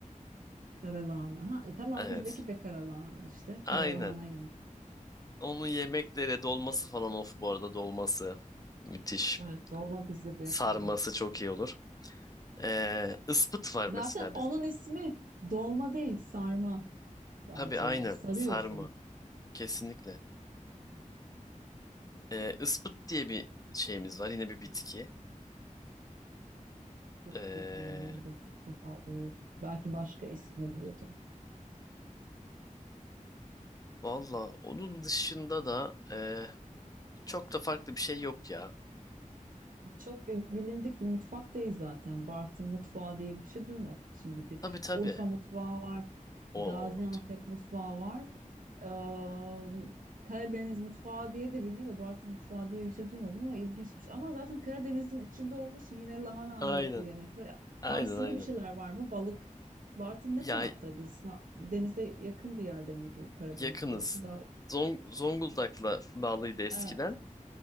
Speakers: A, on the right (about 75°); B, on the left (about 25°).
A: <laughs> Karalahana. Ha, e, tamam
B: Evet.
A: bizdeki de karalahana işte. Karalahana
B: Aynen.
A: yemek.
B: Onun yemeklere dolması falan of bu arada dolması. Müthiş.
A: Evet, dolma bizde de
B: Sarması
A: yapılıyor.
B: çok iyi olur. Ee, ıspıt var
A: Zaten
B: mesela
A: onun
B: bizde.
A: ismi dolma değil, sarma bence
B: Tabii aynen.
A: yani. Sarıyorsun.
B: Sarma. Kesinlikle. Ee, ıspıt diye bir şeyimiz var. Yine bir bitki.
A: Sıtı
B: Ee,
A: bilmiyorum onu da ilk defa duyuyorum. Belki başka ismini biliyordum.
B: Valla onun dışında da e, çok da farklı bir şey yok ya.
A: Çok bir- bilindik bir mutfak değil zaten. Bartın mutfağı diye bir şey duymadım. Şimdi bir
B: Tabii tabii.
A: Urfa mutfağı var, Gaziantep
B: O
A: mutfağı var. Eee, Karadeniz mutfağı diye de biliniyor da Bartın mutfağı diye bir şey duymadım ama ilginçmiş. Ama zaten Karadeniz'in içinde olduğu için yine lahana
B: aynen.
A: ağırlıklı yemekler.
B: Aynen
A: Hamsili
B: aynen.
A: bir şeyler var mı? Balık. Bartın ne
B: Ya
A: taraftaydı? Sa- Denize yakın bir yerde miydi Karadeniz'de
B: yakınız.
A: yoksa daha...
B: Zong Zonguldak'la bağlıydı eskiden.
A: Evet,